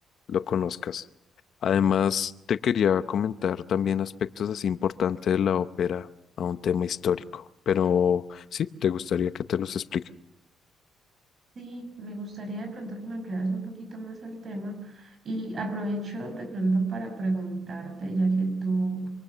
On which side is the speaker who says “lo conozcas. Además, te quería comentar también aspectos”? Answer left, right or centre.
Left